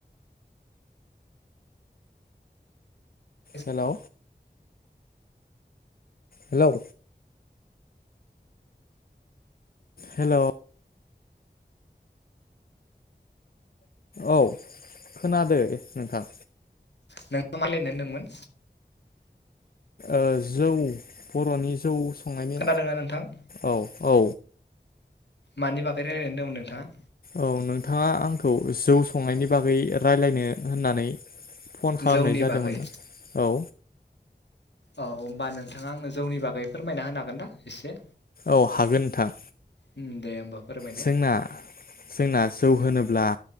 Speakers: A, on the left; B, on the left.
A: नोंथाङा
B: हेलौ हेलौ हेल' औ खोनादो नोंथां।
A: नों <unintelligible> होनदोंमोन?
B: ओ जौ बर'नि जौ संनायनि
A: खोनादोंना नोंथां?
B: औ औ
A: मानि बागै रायलायनो होनदोंमोन नोंथाङा?
B: औ नोंथाङा आंखौ जौ संनायनि बागै रायलायनो होननानै फन खालामनाय
A: जौनि
B: जादोमोन
A: बागै
B: ना औ
A: औ होमबा नोंथाङा आंनो जौनि बागै फोरमायना होनो हागोन ना इसे?
B: औ हागोन नोंथां।
A: उम दे होमबा। फोरमायलाय
B: जोंना-जोंना जौ होनो ब्ला